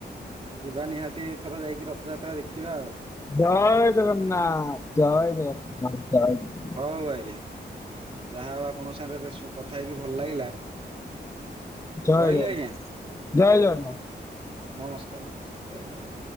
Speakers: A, on the right; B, on the left.
A: ଯିବା ନିହାତି ଏଥର ଯାଇକି ରଥଯାତ୍ରା ଦେଖିବା ଆଉ।
B: ଜୟ ଜଗନ୍ନାଥ ଜୟ ଜଗନ୍ନାଥ ଜୟ ଜଗ।
A: ହଉ ଆଜ୍ଞା ଯାହା ହଉ ଆପଣଙ୍କ ସାଙ୍ଗରେ କଥା ହେଇକି ଭଲ ଲାଗିଲା।
B: ଜଗନ୍ନାଥ
A: ରହିଲି ଆଜ୍ଞା।
B: ଜୟ ଜଗନ୍ନାଥ।
A: ନମସ୍କାର ନମସ୍କାର ଜୟ ଜଗନ୍ନ